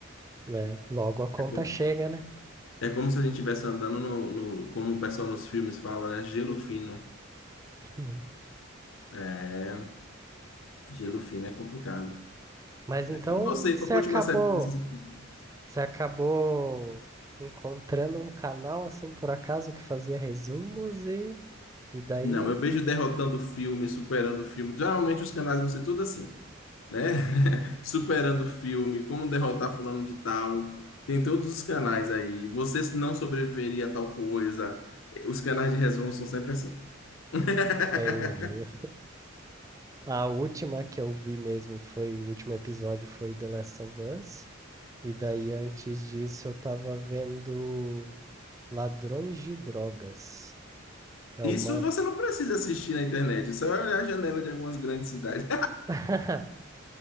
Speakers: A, on the right; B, on the left.
A: né? Logo a conta
B: É, co-
A: chega, né?
B: é como se a gente estivesse andando no, no- como o pessoal nos filmes fala, né? Gelo fino.
A: Hum.
B: É, gelo fino é complicado.
A: Mas
B: né?
A: então
B: E você,
A: você
B: qual foi
A: acabou,
B: a última série que você assistiu?
A: você acabou encontrando um canal assim por acaso que fazia resumos e, e daí
B: Não, eu vejo derrotando o filme, superando o filme. Geralmente os canais vão ser tudo assim. né? <laughs> Superando o filme, como derrotar fulano de tal. Tem todos os canais aí. Você não sobreviveria a tal coisa. Os canais de resumo são sempre assim. <laughs>
A: entendi. A última que eu vi mesmo foi, o último episódio foi The Last of Us. E daí antes disso eu tava vendo Ladrões de Drogas. É
B: Isso
A: uma
B: você não precisa assistir na internet. É só olhar a janela de algumas grandes cidades.
A: <laughs>